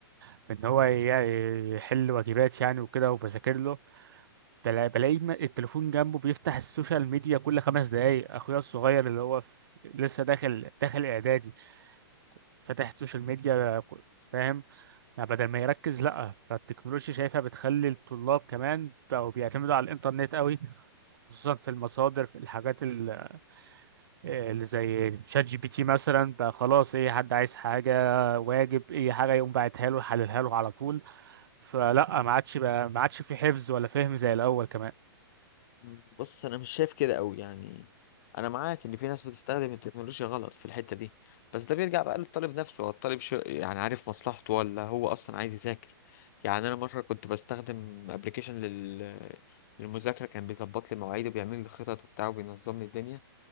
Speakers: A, on the right; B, on the left.
A: في ان هو ي- يحل واجبات يعني وكده وبذاكر له بلا- بلاقي م- التليفون جنبه بيفتح السوشيال ميديا كل خمس دقايق اخويا الصغير اللي هو في لسه داخل داخل اعدادي فاتح السوشيال ميديا ك- فاهم يعني بدل ما يركز لا فالتكنولوجيا شايفها بتخلي الطلاب كمان بقوا بيعتمدوا على الانترنت قوي خصوصا في المصادر في الحاجات ال- اللي زي شات جي بي تي مثلا بقى خلاص اي حد عايز حاجة واجب اي حاجة يقوم باعتها له يحللها له على طول فلا ما عادش بقى ما عادش في حفظ ولا فهم زي الاول كمان
B: مم. بص انا مش شايف كده قوي يعني انا معاك ان في ناس بتستخدم التكنولوجيا غلط في الحته دي بس ده بيرجع بقى للطالب نفسه هو الطالب شو يعني عارف مصلحته ولا هو اصلا عايز يذاكر يعني انا مره كنت بستخدم ابلكيشن لل للمذاكره كان بيظبط لي مواعيدي وبيعمل لي خطط وبتاع وبينظم لي الدنيا